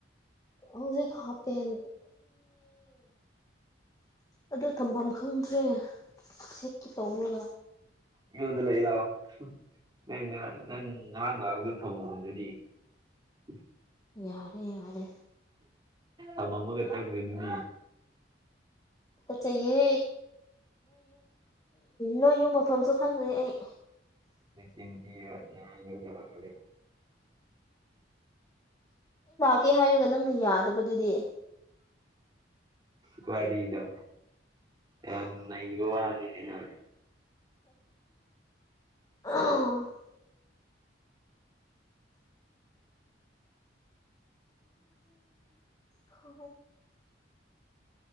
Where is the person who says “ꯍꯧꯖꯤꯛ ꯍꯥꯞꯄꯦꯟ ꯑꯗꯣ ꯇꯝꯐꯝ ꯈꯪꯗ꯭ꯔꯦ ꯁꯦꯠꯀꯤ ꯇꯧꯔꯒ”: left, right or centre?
Left